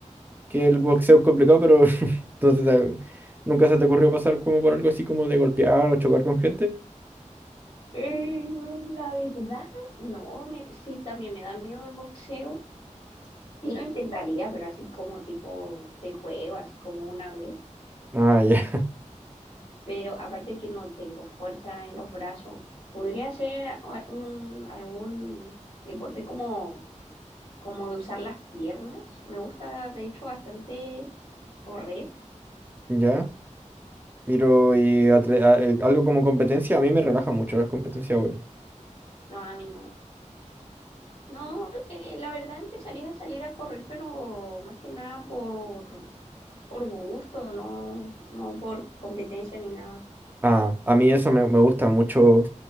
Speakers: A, on the right; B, on the left.
A: que el boxeo es complicado, pero <laughs> entonces, ¿nunca se te ocurrió pasar como por algo así como de golpear o chocar con gente?
B: Eh, la verdad, no, me, sí, también me da miedo el boxeo Sí lo intentaría, pero así como tipo de juego, así como una vez.
A: Ah, ya.
B: Pero aparte que no tengo fuerza en los brazos. Podría ser a- un, algún deporte como, como de usar las piernas. Me gusta, de hecho, bastante correr.
A: <laughs> ¿Ya? Miro y atle- a- eh, algo como competencia, a mí me relaja mucho las competencias, bueno.
B: No, a mí no. No, eh, la verdad empezaría a salir a correr, pero más que nada por, por gusto, no, no por competencia ni nada.
A: Ah, a mí eso me, me gusta mucho